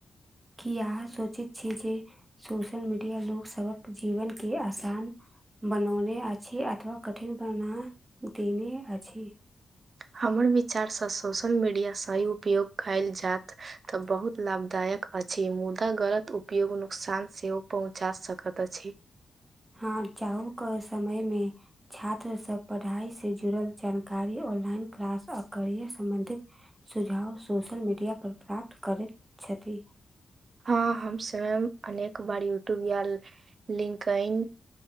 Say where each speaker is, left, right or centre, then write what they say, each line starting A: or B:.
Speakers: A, on the right; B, on the right.
A: की अहाँ सोचैत छी जे सोशल मीडिया लोक सबक जीबन के आसान बनौने अछि अथवा कठिन बना देने अछि।
B: हमर विचारसँ सोशल मीडिया सहि उपयोग कइल जात तऽ बहुत लाभदायक अछि मुदा गलत उपयोग नुकसान सेहो पहुँचा सकत अछि।
A: हँ जाहो क समय मे छात्र सब पढ़ाइ से जुड़ल जानकारी ऑनलाइन क्लास आ करियर सम्बन्धित। सुझाव सोशल मीडिया पर प्राप्त करैत छथि।
B: हँ हम सब अनेक बार यूट्यूब या लिंकैन